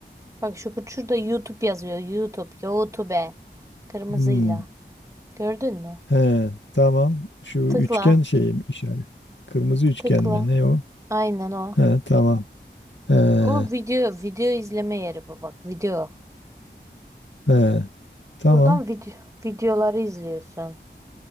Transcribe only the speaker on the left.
Hmm.
He, tamam. Şu üçgen
şeyi mi işaret? Kırmızı üçgen
mi? Ne o?
He, tamam. He, he,
he. Tamam.